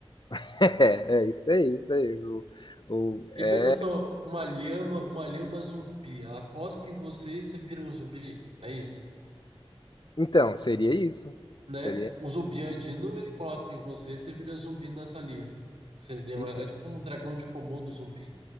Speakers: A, on the left (about 50°); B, on the right (about 85°).
A: <laughs> É, é isso aí, isso aí. O, o, é...
B: E pensa só, uma lhama, uma lhama zumbi, ela cospe em você e você vira um zumbi, é isso,
A: Então, seria isso.
B: né?
A: Seria.
B: O zumbi andino, ele cospe em você e você vira zumbi na saliva. Seria
A: hum.
B: é tipo um dragão de Komodo zumbi.